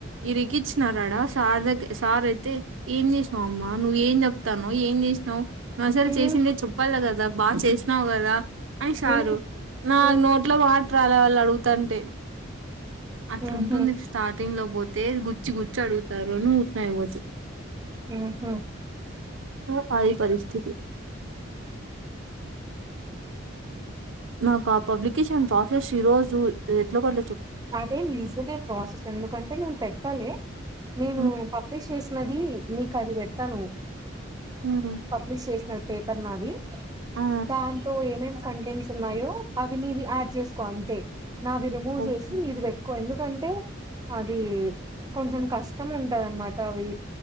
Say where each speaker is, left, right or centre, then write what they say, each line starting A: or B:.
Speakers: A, on the right; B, on the right.
A: ఈరిగిచ్చినారడా సార్ దగ్గ సార్ అయితే ఏం చేసినావు అమ్మా నువ్్వ ఏం చెప్తానో ఏం చేసినావు్ మసలు
B: ఉమ్
A: చేసిందే చప్పాల కదా కదా బాగా చేసినావు్ కదా అ సారు
B: ఉమ్.
A: నా
B: ఉహు
A: నోట్లో వాట రాదు అలా వాళ్ళు అడుగుతంటే అట్లాంటుంది
B: ఉహు
A: స్టార్టింగ్ లో పోతే గుచ్చి గుచ్చి అడుగుతారు అని తున్నాయి పోతే
B: ఆహ
A: సది పరిస్థితి నాకు ఆ పబ్లికేషన్ టాఫిక్స్ ఈ రోజు ఎట్లా కూడా
B: అదే నిజమ ప్రాసెస్ ఎందుకంటే నేను పెట్టాలి నేను
A: ఉమ్,
B: పబ్లిష్ చేసి న్నది నీకు అది పెడతాను
A: ఉమ్,
B: పబ్లిష్ చేసినట్టు పేపర్ మాది
A: ఆ
B: దాంతో ఏమే కంటెంట్స్ ఉన్నాయో అవి న ఇవి యాడ్ చేసుకో అంతే నావవి రిమూవ్
A: ఓకే
B: చేస్త ఎకు ఎందు కంటే అది కొంచం కష్టం ఉంటద అన్నమాట అవి